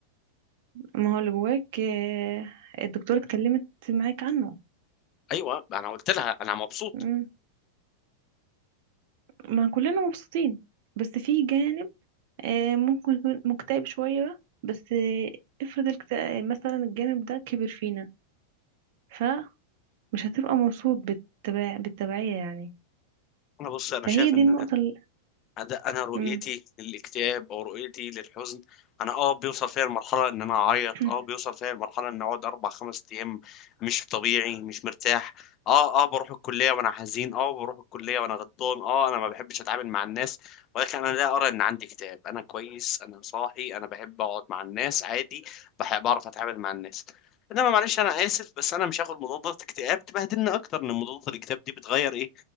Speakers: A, on the right (about 60°); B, on the left (about 40°).
A: ما هو اللي جواك آه، الدكتورة اتكلمت معاك عنه
B: ايوه انا قلت لها انا مبسوط
A: مم. ما كلنا مبسوطين بس في جانب آه، ممكن يكون مكتئب شوية بس آه، افرض الكتئاب مثلا الجانب ده كبر فينا فمش هتبقى مبسوط بالتبع... بالتبعية يعني
B: انا بص انا
A: فهي
B: شايف
A: دي
B: ان
A: النقطة ال...
B: ده انا رؤيتي
A: مم.
B: للاكتئاب او رؤيتي للحزن انا اه بيوصل فيا المرحله ان انا اعيط
A: <clears throat>
B: اه بيوصل فيا المرحله ان اقعد اربع خمس ايام مش طبيعي مش مرتاح اه اه بروح الكليه وانا حزين اه بروح الكليه وانا غضبان اه انا ما بحبش اتعامل مع الناس ولكن انا لا ارى ان عندي اكتئاب انا كويس انا صاحي انا بحب اقعد مع الناس عادي بحب بعرف اتعامل مع الناس انما معلش انا اسف بس انا مش هاخد مضادات اكتئاب تبهدلنا اكتر ان مضادات الاكتئاب دي بتغير ايه